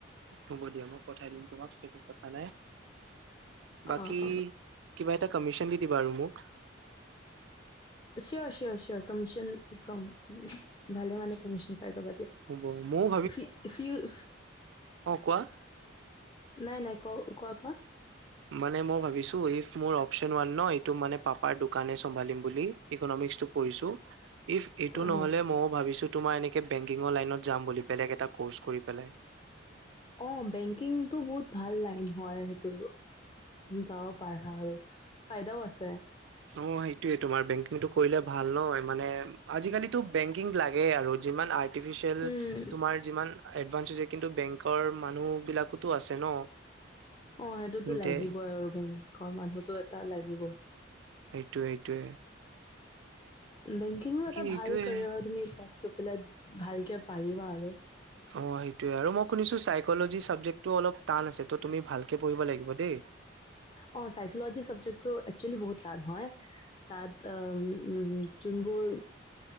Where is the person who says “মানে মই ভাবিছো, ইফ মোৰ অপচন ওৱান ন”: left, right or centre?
Right